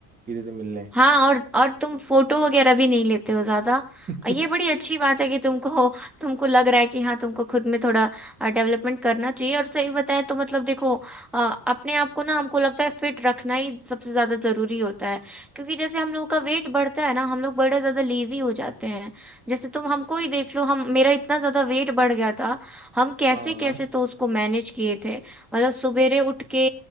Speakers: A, on the right (about 20°); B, in the centre.
A: किसी से मिलने
B: हाँ और और तुम फोटो वगैरह भी नहीं लेते हो ज्यादा
A: <laughs>
B: अ, ये बड़ी अच्छी बात है कि तुमको तुमको लग रहा है कि हाँ तुमको खुद में थोड़ा डेवलपमेंट करना चाहिए और सही बताएं तो मतलब देखो अ, अपने आप को ना हमको लगता है फिट रखना ही सबसे ज्यादा जरूरी होता है क्योंकि जैसे हम लोगों का वेट बढ़ता है ना हम लोग बड़ा ज्यादा लेजी हो जाते हैं जैसे तुम हमको ही देख लो हम मेरा इतना ज्यादा वेट बढ़ गया था हम कैसे
A: हाँ
B: कैसे तो उसको मैनेज किए थे मतलब सवेरे उठ के